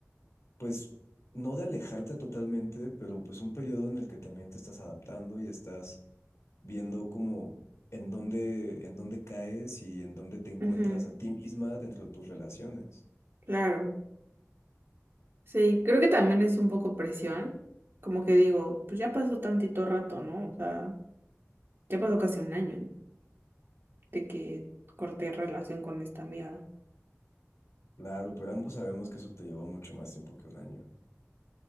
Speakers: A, on the left; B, on the right.
A: pues, no de alejarte totalmente, pero pues un periodo en el que también te estás adaptando y estás viendo como en dónde, en dónde caes y en dónde te encuentras
B: Ujú,
A: a ti misma dentro de tus relaciones.
B: claro, sí, creo que también es un poco presión, como que digo, pues ya pasó tantito rato, ¿no? O sea, ya pasó casi un año de que corté relación con esta amiga.
A: Claro, pero ambos sabemos que eso te llevó mucho más tiempo que un año.